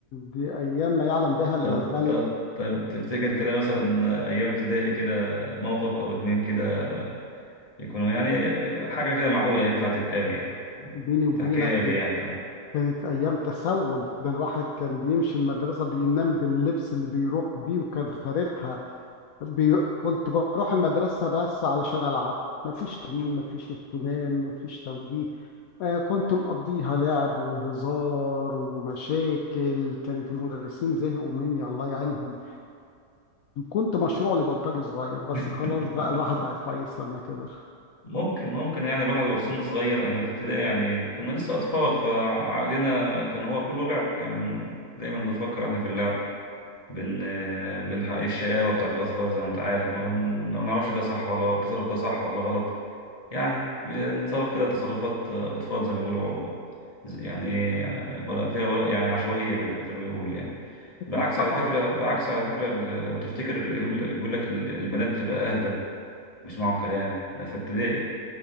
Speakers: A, on the left; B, on the left.
A: دي أيام ما يعلم بها إلا
B: طب
A: الملك
B: طب طب تفتكر كده مثلا ايام ابتدائي كده موقف او اتنين كده يكونوا يعني حاجة كده معقولة ينفع تتقال يعني
A: بيني وبينك
B: تحكيها
A: دي
B: لي يعني اه
A: كانت أيام تسول ده الواحد كان بيمشي المدرسة بينام باللبس اللي بيروح بيه وكان خاربها بي... كنت بروح المدرسة بس علشان ألعب مفيش تمرين مفيش اهتمام مفيش توجيه آه، كنت مقضيها لعب وهزار ومشاكل كانت المدرسين زهقوا مني الله يعينهم كنت مشروع لبلطجي صغير بس
B: <laughs>
A: خلاص بقى الواحد بقى كويس لما كبر
B: ممكن ممكن يعني الواحد وهو في سن صغير احنا في ابتدائي يعني كنا لسه أطفال فعقلنا كان هو كله لعب يعني دايما بنفكر احنا في اللعب بن بنحقق الشقاوة بتاعت الأطفال زي ما أنت عارف ما بن- ما بنعرفش ده صح ولا التصرف ده صح ولا غلط يعني نتصرف كده تصرفات أطفال زي ما بيقولوا ز- يعني إيه براء فيها براء يعني عشوائية زي ما بيقولوا يعني
A: أكيد
B: بعكس
A: طبعا
B: على فكرة بعكس على فكرة ال- لو تفتكر يقول يقول لك ال- البنات بتبقى أهدى ويسمعوا الكلام ده في ابتدائي